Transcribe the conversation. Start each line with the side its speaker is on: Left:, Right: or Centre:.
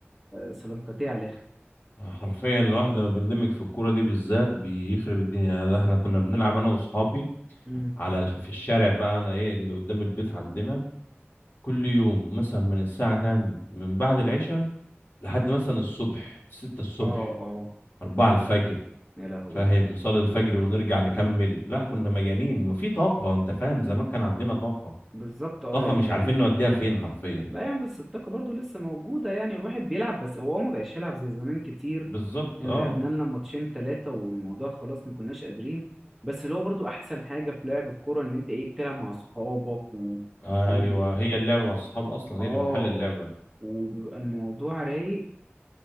Centre: سلنكتيه على الاخر
Left: حرفيا الواحد لما بيندمج في الكورة دي بالذات بيخرب الدنيا يعني احنا كنا بنلعب انا واصحابي
Centre: امم
Left: على ش- في الشارع بقى انا ايه اللي قدام البيت عندنا كل يوم مثلا من الساعة كام من بعد العشاء لحد مثلا الصبح ستة الصبح
Centre: اه اه
Left: أربعة الفجر
Centre: يا لهوي
Left: فاهم نصلي الفجر ونرجع نكمل لا كنا مجانين وفي طاقة انت فاهم زمان كان عندنا طاقة
Centre: بالظبط اه
Left: طاقة
Centre: يعني
Left: مش عارفين نوديها فين حرفيا
Centre: لا يعني بس الطاقة برضو لسه موجودة يعني الواحد بيلعب بس هو ما بقاش يلعب زي زمان كتير
Left: بالظبط
Centre: يعني
Left: اه
Centre: لعبنا لنا ماتشين تلاتة والموضوع خلاص ما كناش قادرين بس اللي هو برضو أحسن حاجة في لعب الكورة إن أنت إيه بتلعب مع أصحابك و...
Left: ايوه
Centre: وال-
Left: هي اللعبة مع الصحاب اصلا
Centre: اه
Left: هي اللي بتحل اللعبة
Centre: وبيبقى الموضوع رايق